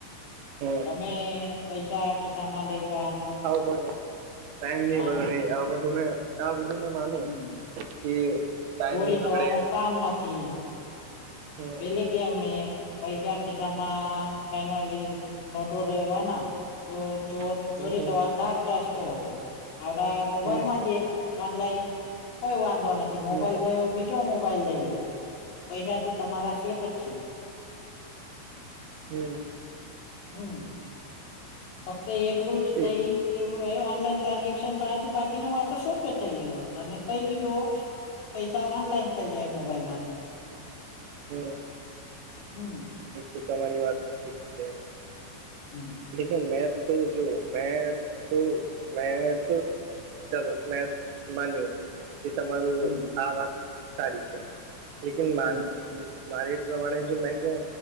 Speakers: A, on the right; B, on the left.
A: હમ
B: અને પૈસા ખિસ્સામાં લઈ જવાનો.
A: ટાઈમની
B: હા
A: બગડે આ બધું મે આ બધું મે માનું,
B: હમ
A: કે ટાઈમ
B: ચોરી
A: નહી
B: થવાનું
A: વગડે
B: કામ નથી.
A: હમ
B: પેલે કેમ મે પૈસા ખિસ્સામાં મેન્યુઅલી. નોટો રેવાના, તો ચોર
A: હમ
B: ચોરી
A: હમ
B: થવાનો દાજ જાસ્તો હતો. આવડા મોબાઈલમાં
A: હમ
B: જે ઓનલાઈન કોઈ વાંધો નથી મોબાઈલ
A: હમ
B: ગયો બી બીજો મોબાઈલ લઈ લો, પૈસા તો તમારા સેફ જ છે.
A: હમ.
B: હમ. ફક્ત એટલું
A: હા
B: જ
A: તે
B: થઈ. કેવુ ઓનલાઈન ટ્રાન્ઝેક્શન તો આથી બાકી ન વાતો સોપે થઈ ગયો તમે કઈ બી જોવો. પૈસા ઓનલાઈન થઈ જાય મોબાઈલ માંથી જ.
A: હમ.
B: હમ.
A: એક તો તમારી વાત સાચી જ છે.
B: હમ.
A: લેબ તો મેં તો જો મેં તો મેં તો ચાલો મેં માનીએ. કે તમારું
B: હમ
A: આ વાત સારી છે, લેકીન મારું
B: હમ
A: મારે પ્રમાણે જો મેં કેવ